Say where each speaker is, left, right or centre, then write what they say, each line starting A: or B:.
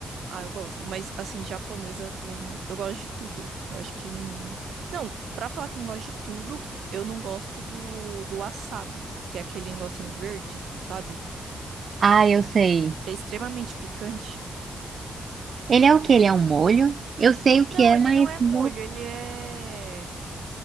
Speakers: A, on the right; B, on the right.
A: Ah, eu gosto. Mas, assim, japonesa também. Eu gosto de tudo. Eu acho que não. Não, pra falar que eu não gosto de tudo, eu não gosto do, do wasabi, que é aquele negocinho verde, sabe?
B: Ah, eu sei.
A: Que é extremamente picante.
B: Ele é o que Ele é um molho? Eu sei o
A: Não,
B: que é,
A: ele
B: mas
A: não é molho,
B: não
A: ele é.